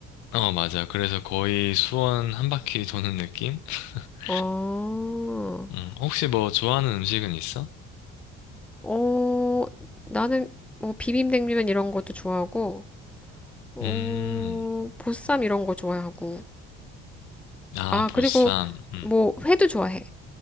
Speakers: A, on the left; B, in the centre.
A: 어, 맞아. 그래서 거의 수원 한 바퀴 도는 느낌? <laughs>
B: 어,
A: 음, 혹시 뭐 좋아하는 음식은 있어?
B: 어, 나는 뭐 비빔냉면 이런 것도 좋아하고, 어,
A: 음,
B: 보쌈 이런 거 좋아하고.
A: 아,
B: 아,
A: 보쌈.
B: 그리고
A: 음.
B: 뭐 회도 좋아해.